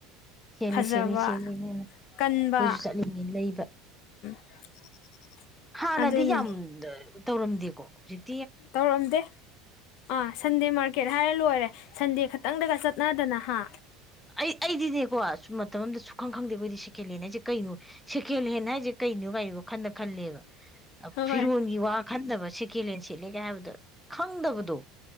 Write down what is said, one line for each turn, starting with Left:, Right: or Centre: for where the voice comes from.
Centre: ꯁꯦꯠꯂꯤ
Left: ꯐꯖꯕ
Centre: ꯁꯦꯠꯂꯤ ꯁꯦꯠꯜꯂꯤ ꯃꯦꯝ ꯑꯩꯈꯣꯏꯁꯨ
Left: ꯀꯟꯕ
Centre: ꯆꯠꯂꯤꯉ ꯂꯩꯕ
Left: <inaudible>
Centre: ꯍꯥ
Left: ꯑꯗꯨꯅꯤ
Centre: ꯅꯗꯤ ꯌꯥꯝ ꯇꯧꯔꯝꯗꯦꯀꯣ ꯍꯧꯖꯤꯛ
Left: ꯇꯧꯔꯝꯗꯦ ꯑ ꯁꯟꯗꯦ ꯃꯥꯔ ꯇꯤꯀꯦꯠ ꯍꯥꯏꯔ ꯂꯣꯏꯔꯦ ꯁꯟꯗꯦ ꯈꯛꯇꯪꯗꯒ ꯆꯠꯅꯗꯅ ꯍꯥ
Centre: ꯑꯩꯗꯅꯦꯦꯀꯣ <inaudible> ꯃꯇꯝ ꯑꯗ ꯁ ꯈꯪ ꯈꯗꯦꯈꯣꯏ ꯁꯦꯀꯦꯂꯦ ꯍꯥꯏꯦ ꯀꯩꯅꯣ ꯁꯦꯀꯦꯂꯦꯟ ꯍꯥꯏꯖꯦ ꯀꯩꯩꯅꯣ ꯒꯥꯏꯌꯣ ꯈꯟꯅ ꯈꯟꯂꯦꯕ ꯐꯤꯔꯣꯟꯒꯤ
Left: ꯍꯣꯏ
Centre: ꯋꯥ ꯈꯟꯗꯕ ꯀꯦꯂꯦꯟ ꯁꯦꯠꯂꯦꯒ ꯍꯥꯏꯕꯗ ꯈꯪꯗꯕꯗꯣ